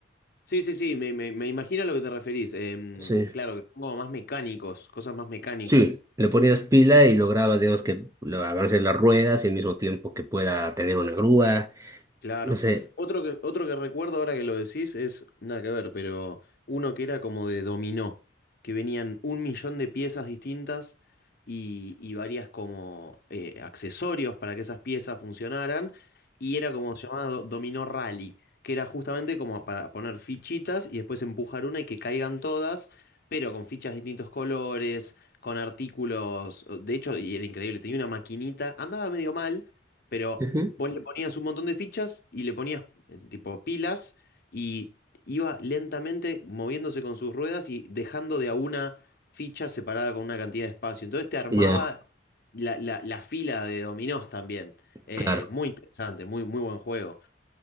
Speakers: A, on the left; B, on the right.
A: Sí, sí, sí, me, me, me imagino a lo que te referís. Em,
B: Sí,
A: claro, que son como más mecánicos, cosas más mecánicas.
B: sí. Le ponías pila y lograbas, digamos, que lo- avance las ruedas y al mismo tiempo que pueda tener una grúa.
A: Claro.
B: No sé.
A: Otro que, otro que recuerdo ahora que lo decís es, nada que ver, pero uno que era como de dominó, que venían un millón de piezas distintas y, y varias como eh, accesorios para que esas piezas funcionaran, y era como llamado dominó rally, que era justamente como para poner fichitas y después empujar una y que caigan todas, pero con fichas de distintos colores, con artículos, de hecho, y era increíble, tenía una maquinita, andaba medio mal, pero...
B: Ujú.
A: Vos le ponías un montón de fichas y le ponías eh, tipo pilas y iba lentamente moviéndose con sus ruedas y dejando de a una ficha separada con una cantidad de espacio. Entonces te armaba
B: Ya,
A: la, la- la fila de dominós también. Eh,
B: claro.
A: muy interesante, muy, muy buen juego.